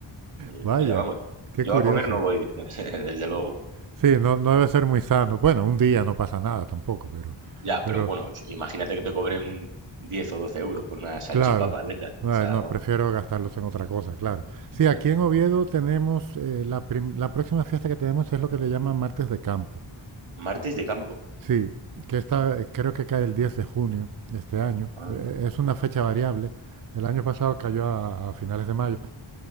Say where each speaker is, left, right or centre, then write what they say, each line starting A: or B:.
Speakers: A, on the right; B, on the right.
A: Eh,
B: vaya,
A: o sea, vamos,
B: qué
A: yo
B: curioso.
A: a comer no voy, <laughs> desde luego.
B: Sí, no, no debe ser muy sano. Bueno, un día no pasa nada tampoco, pero,
A: Ya,
B: pero,
A: pero bueno, imagínate que te cobren 10 o 12 euros por una salchipapa
B: Claro,
A: de esas.
B: Ah,
A: O sea,
B: no,
A: vamos.
B: prefiero gastarlos en otra cosa, claro. Sí,
A: fíjate.
B: aquí en Oviedo tenemos, eh, la, prim- la próxima fiesta que tenemos es lo que le llaman Martes de Campo.
A: Martes de campo.
B: Sí, que esta eh, creo que cae el 10 de junio de este año.
A: Anda.
B: Eh, es una fecha variable. El año pasado cayó a, a finales de mayo.